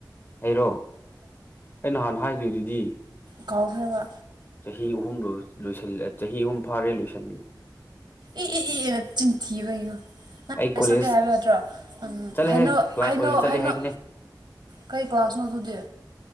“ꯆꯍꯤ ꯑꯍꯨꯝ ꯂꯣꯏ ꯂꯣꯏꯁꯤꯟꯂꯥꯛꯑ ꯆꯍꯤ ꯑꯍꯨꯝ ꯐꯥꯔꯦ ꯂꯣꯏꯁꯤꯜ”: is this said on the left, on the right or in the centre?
Left